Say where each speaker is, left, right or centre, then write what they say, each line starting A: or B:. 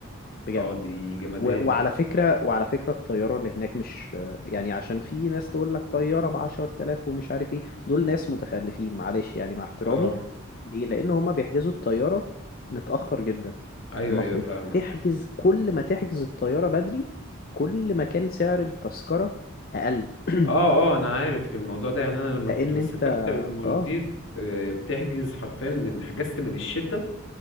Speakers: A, on the left; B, on the left.
A: بجد
B: اه دي جمدان
A: و- وعلى فكرة وعلى فكرة الطيارة اللي هناك مش يعني عشان في ناس تقول لك طيارة بعشر تلاف ومش عارف ايه دول ناس متخلفين معلش يعني مع احترامي
B: اه
A: ليه لأن هما بيحجزوا الطيارة متأخر جدا
B: ايوه
A: المفروض
B: ايوه فاهمك
A: تحجز كل ما تحجز الطيارة بدري كل ما كان سعر التذكرة أقل <clears throat>
B: اه اه انا عارف الموضوع ده يعني انا
A: لأن
B: لما كنت بسافرت
A: أنت
B: للمالديف
A: اه
B: آه، بتحجز حرفيا من حجزت من الشتاء